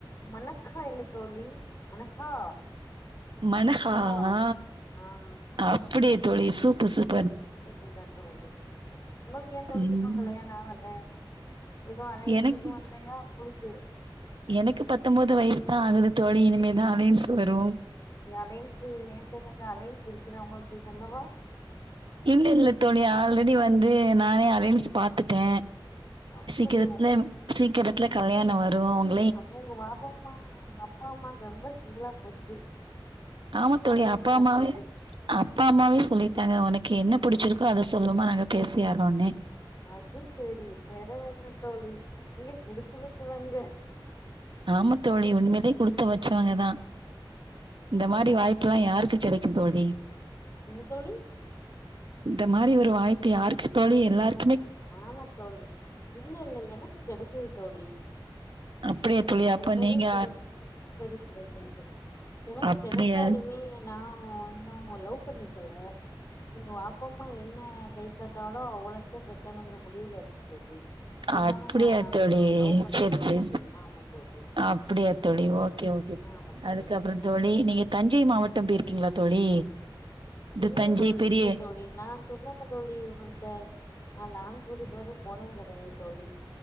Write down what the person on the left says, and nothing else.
மனக்கா இல தோழி மனஹா
மனஹா
ஆ
குட்டி தான் தோழி உங்களுக்கு ஏ தோழி
இன்னும் கல்யாணோ ஆகல எதுவும் அலையன்ஸ்
எதுவு இல்லையா உங்களுக்கு
அப்டி அலையன்ஸ் ஏன்ட்ட கொஞ்சோம் அலையன்ஸ் இருக்கு நா உங்களுக்கு சொல்லவா
அப்படியா
அப்றோ உங்க வாப்பா அம்மா உங்க அப்பா அம்மாங்க ரொம்ப சிம்பிளா போச்சு
அலைன்ஸ்
பாக்றதே
அது சரி பெறவென்ன தோழி நீங்க குடுத்து வச்சவங்க
என்ன தோழி
ஆமா தோழி இல்ல இல்ல எனக்கும் கெடைச்சது தோழி
பேசல்ல
பெர
கடைக்கு இப்பதைக்கு கெடைக்குன்ட்டு பெறகு
கெடச்சாலுமே நான் ஒன்னும் உங்க லவ் பண்ணிக்கல எங்க வாப்பமா என்ன கை காட்டாலோ அவ்வளத்தா கெட்டணுங்ற முடிவுல இருந்தே தோழி அதனால
நா
லவ் பண்ணல
தோழி ஆமா தோழி
ஆமா தோழி
இல்லை
தோழி
இல்லை தோழி நான் சொன்னேல தோழி உங்கள்ட்ட நான் லாங் டூருக்கு இதுவர போனதே கெடையாது தோழி